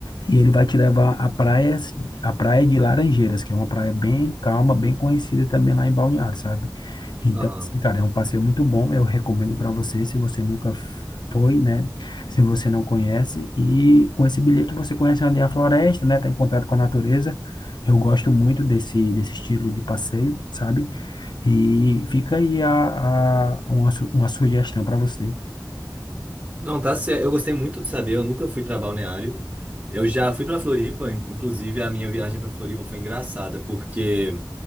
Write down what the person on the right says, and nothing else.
Aham.
Não, tá certo. Eu gostei muito de saber. Eu nunca fui pra Balneário. Eu já fui pra Floripa. in- Inclusive, a minha viagem pra Floripa foi engraçada, porque